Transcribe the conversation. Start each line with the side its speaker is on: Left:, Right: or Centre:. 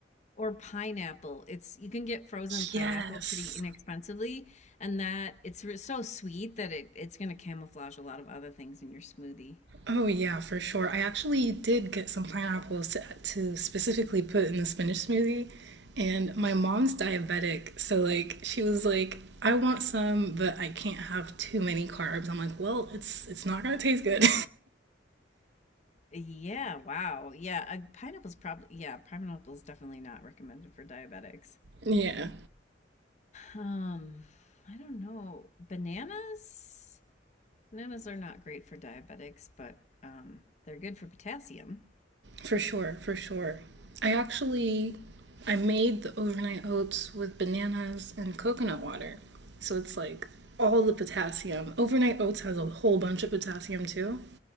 Left: or pineapple. It's you can get frozen pineapple
Right: Yes.
Left: pretty inexpensively, and that it's re- so sweet that it it's going to camouflage a lot of other things in your smoothie.
Right: Oh yeah, for sure. I actually did get some pineapples to, to specifically put in the spinach smoothie, and my mom's diabetic, so like she was like, "I want some, but I can't have too many carbs." I'm like, "Well, it's it's not gonna taste good."
Left: Yeah, wow. Yeah, uh, pineapple's probably yeah, pineapple's definitely not recommended for diabetics.
Right: <laughs> Yeah.
Left: Um, I don't know. Bananas? Bananas are not great for diabetics, but um they're good for potassium.
Right: For sure, for sure. I actually I made the overnight oats with bananas and coconut water. So it's like all the potassium. Overnight oats has a whole bunch of potassium too.